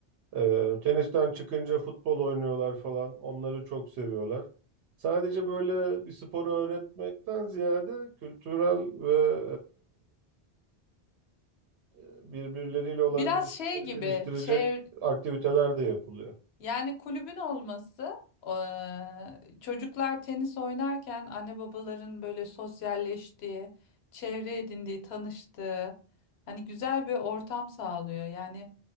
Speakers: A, on the right; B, on the left.
A: E, tenisten çıkınca futbol oynuyorlar falan onları çok seviyorlar. Sadece böyle bir sporu öğretmekten ziyade kültürel ve e, birbirleriyle olan
B: Biraz
A: ilişkileri
B: şey gibi,
A: geliştirecek
B: çev-
A: aktiviteler de yapılıyor.
B: Yani kulübün olması eee, çocuklar tenis oynarken anne babaların böyle sosyalleştiği, çevre edindiği, tanıştığı hani güzel bir ortam sağlıyor. Yani